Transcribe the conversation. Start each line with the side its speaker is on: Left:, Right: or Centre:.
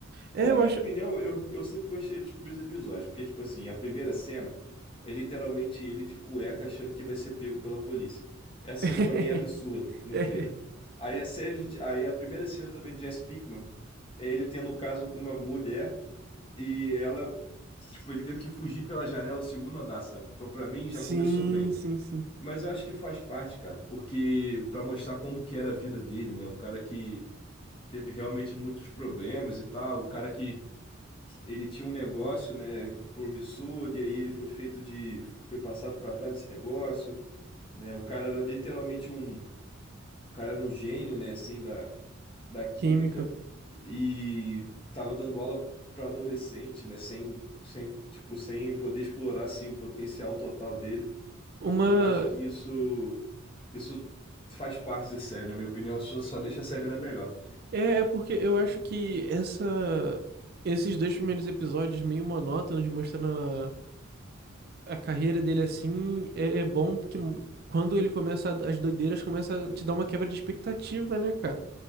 Right: É,
Left: Na
Right: eu
Left: minha
Right: acho.
Left: opinião, eu, eu sempre gostei dos primeiros episódios, porque, tipo assim, a primeira cena é literalmente ele de cueca achando que vai ser pego pela polícia. Essa
Right: <laughs>
Left: cena pra mim é absurda no
Right: É.
Left: trailer. Aí a série, de- aí a primeira cena também de Jesse Pinkman é ele tendo um caso com uma mulher. E ela, tipo, ele tendo que fugir pela janela do segundo andar, sabe? Então, pra mim,
Right: Sim,
Left: já começou bem.
Right: sim, sim.
Left: Mas eu acho que faz parte, cara, porque pra mostrar como que era a vida dele, né? Um cara que teve realmente muitos problemas e tal, o cara que ele tinha um negócio, né, promissor e aí ele foi feito de foi passado pra trás desse negócio, né? O cara era literalmente um o cara era um gênio, né, assim, da, da química
Right: Química.
Left: e tava dando aula para adolescente, né, sem, sem, tipo, sem poder explorar, assim, o potencial total dele.
Right: Uma.
Left: Então eu acho que isso, isso faz parte da série, na minha opinião, só, só deixa a série ainda melhor.
Right: É, é porque eu acho que essa. Esses dois primeiros episódios meio monótonos, mostrando a carreira dele assim é, é bom porque quando ele começa a- as doideiras começa a te dar uma quebra de expectativa, né, cara?